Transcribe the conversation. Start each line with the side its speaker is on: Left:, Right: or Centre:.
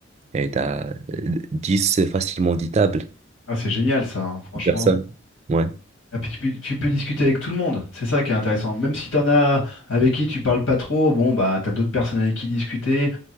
Right: Et t'as euh, 10, facilement 10 tables,
Left: Ah, c'est génial ça, hein, franchement.
Right: personnes. Ouais.
Left: Et puis tu peux, tu peux discuter avec tout le monde, c'est ça qui est intéressant. Même si t'en as avec qui tu parles pas trop, bon bah t'as d'autres personnes avec qui discuter.